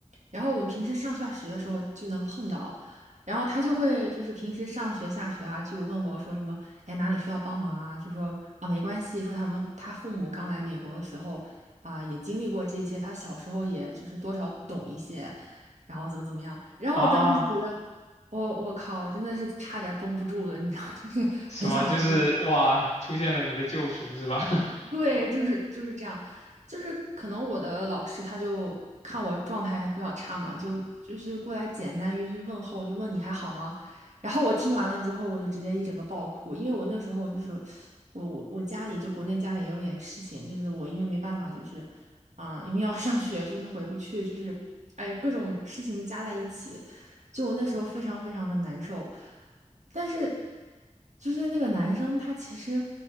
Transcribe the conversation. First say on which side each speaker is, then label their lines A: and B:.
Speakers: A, on the right; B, on the left.
A: 然后我们平时上下学的时候就能碰到，然后他就会就是平时上学下学啊，就问我说什么，哎，哪里需要帮忙啊？就说啊，没关系，说他们他父母刚来美国的时候啊，也经历过这些，他小时候也就是多少懂一些，然后怎么怎么样，然后我当时觉得，
B: 啊，
A: 我、我靠，我真的是差点绷不住了，你知道，就是很想哭。
B: 什么？就是哇，出现了你的救赎是吧？
A: 对，就是就是这样，就是可能我的老师他就看我状态比较差嘛，就就是过来简单一句问候，就问你还好吗？然后我听完了之后，我就直接一整个爆哭，因为我那时候就是我我我家里就国内家里也有点事情，就是我因为没办法就是啊、因为要上学就是回不去，就是哎各种事情加在一起，就我那时候非常非常的难受。但是就是那个男生他其实